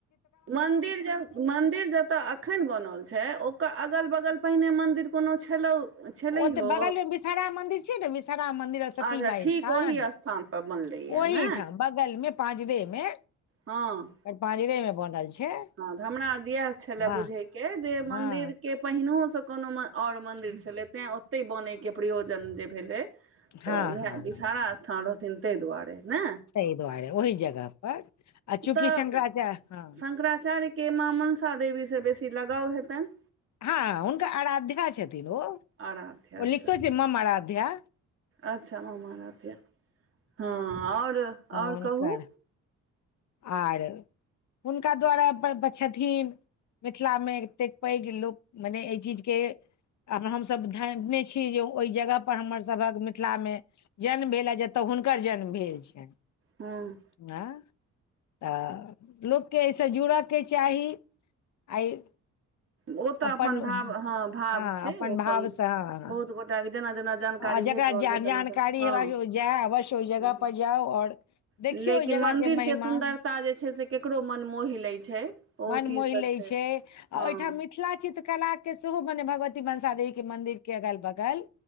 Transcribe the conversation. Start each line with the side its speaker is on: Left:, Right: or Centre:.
Right: मन्दिर ज मन्दिर जतऽ एखन बनल छै ओकर अगल -बगल पहिने मंन्दिर कोनो छलौ छलैहो
Left: ओते बगल मे विषहारा मंन्दिर छै ने विषहारा मंन्दिर सती
Right: अच्छा
Left: माय
Right: ठीक
Left: स्थान
Right: ओहि पर बनलैया
Left: ओहिठाम
Right: ने
Left: बगल मे पाँजरे मे
Right: हँ
Left: यहिपआजरे मे बनल छै
Right: हँ हमरा इएह छले
Left: हँ
Right: बुझे के जे मंदिर
Left: हँ
Right: के पहिनोसँ कोनो ओर मन्दिर छलै तैँ ओतहि बनैके प्रयोजन जे भेलै तऽ
Left: हँ
Right: उएह
Left: हँ
Right: विषहारा
Left: हँ
Right: स्थान रहथिन ताहि दुआरे ने
Left: ताहि दुआरे ओहि जगह पर आ चूँकि
Right: तऽ
Left: शंकराचार्य हँ
Right: शंकराचार्य के माँ मनसा देवीसँ बेसी लगाव हेताइन
Left: हँ हुनकर आराध्या छथिन ओ
Right: आराध्या
Left: ओ
Right: अच्छा
Left: लिखतो
Right: अच्छा
Left: छथि मम अराध्या
Right: अच्छा मम अराध्या हँ आओर
Left: हुनकर
Right: आओर कहू
Left: आर हुनका द्वारे। अपर पर छथिन मिथिलामे एतेक पैघ लोक भेलएहि चीजके अगर हमसभ झांपने छीजे ओहि जगहपर हमर सभहक मिथिलामे जन्म भेलए जतय हुनकर जन्म भेल छनि
Right: हँम्म
Left: आँ तऽ लोककेँ एहिसँ जुड़यके चाही आइ
Right: ओ तऽ
Left: अपन
Right: भाव हँ भाव
Left: हँ
Right: छै
Left: अपन
Right: ओ
Left: भावसँ हँ हँ
Right: बहुत गोटाके जेना जेना जानकारी
Left: आ जकरा
Right: भेट रहल
Left: ज
Right: छै तेना
Left: जानकारी
Right: तेना
Left: हेबाक जाय अवश्य ओहि जगह
Right: हँ
Left: पर जाउ आओर देखियौ
Right: लेकिन
Left: ओहि जगहके
Right: मंन्दिर
Left: महिमा
Right: के सुन्दर सुन्दरता जे छै से ककरो मन मोहि लै छै ओहो
Left: मन
Right: चीज
Left: मोहि
Right: तऽ
Left: लै
Right: छै
Left: आ
Right: हँ
Left: ओहिठाम मिथिला कला के सेहो मने भगवती मनसा देवी के मंन्दिर के अगल बगल